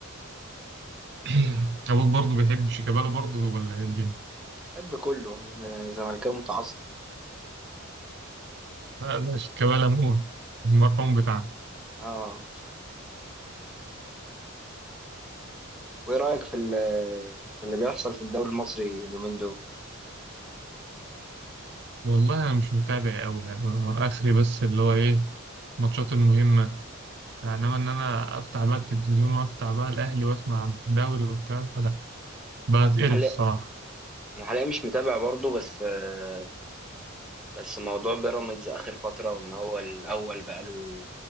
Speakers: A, on the right; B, in the centre.
A: <coughs> <clears throat> ابوك برضه بيحب شيكابالا برضه ولا ايه الدنيا
B: بحب كله آه، زملكاوي متعصب
A: لا لا شيكابالا موت المرحوم بتاعنا
B: اه <laughs> وايه رايك في ال- في اللي بيحصل في الدوري المصري اليومين دول
A: والله انا مش متابع قوي يعني هو اخري بس اللي هو ايه الماتشات المهمه انما ان انا افتح بقى التلفزيون وافتح بقى الاهلي واسمع عن الدوري والكلام ده لا بتقرف
B: انا حاليا
A: الصراحه
B: انا حاليا مش متابع برضه بس آه، بس موضوع بيراميدز اخر فتره وان هو الاول بقاله